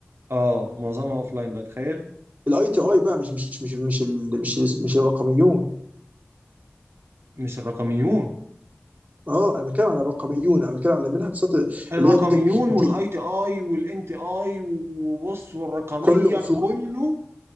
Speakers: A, on the right; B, on the right.
A: اه معظمها اوف لاين بقى تخيل
B: الاي تي اي بقى مش مش مش مش ال- مش مش الرقميون
A: مش الرقميون
B: اه انا بتكلم على رقميون انا بتكلم على منها تصات
A: الرقميون
B: اللي هي الدب دي
A: والاي تي اي والان تي اي وبص والرقميه
B: كله اوف لاين
A: كله